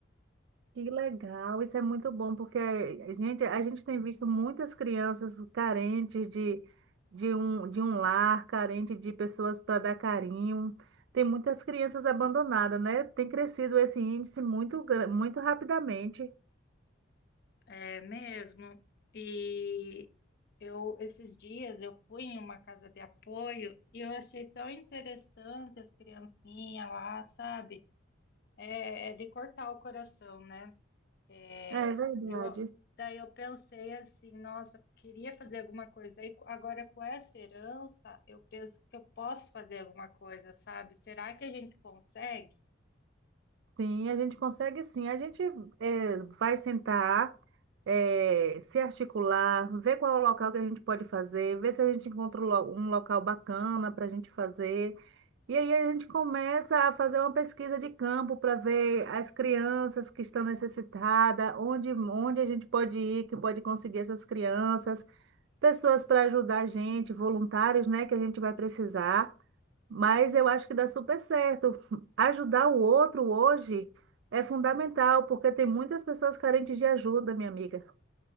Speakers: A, on the right (about 65°); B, on the left (about 55°).
A: Que legal, isso é muito bom, porque a gente, a gente tem visto muitas crianças carentes de, de um, de um lar, carente de pessoas para dar carinho. Tem muitas crianças abandonadas, né? Tem crescido esse índice muito, gran- muito rapidamente.
B: É mesmo. E eu esses dias eu fui em uma casa de apoio e eu achei tão interessante as criancinhas lá, sabe? É, é de cortar o coração, né? É,
A: É verdade.
B: eu, daí eu pensei assim, nossa, queria fazer alguma coisa. Daí co- agora com essa herança, eu penso que eu posso fazer alguma coisa, sabe? Será que a gente consegue?
A: Sim, a gente consegue sim. A gente eh, vai sentar, eh, se articular, ver qual é o local que a gente pode fazer, ver se a gente encontra um lo- um local bacana para a gente fazer. E aí a gente começa a fazer uma pesquisa de campo para ver as crianças que estão necessitadas, onde, onde a gente pode ir, que pode conseguir essas crianças pessoas para ajudar a gente, voluntários, né, que a gente vai precisar. Mas eu acho que dá super certo. Ajudar o outro hoje é fundamental, porque tem muitas pessoas carentes de ajuda, minha amiga.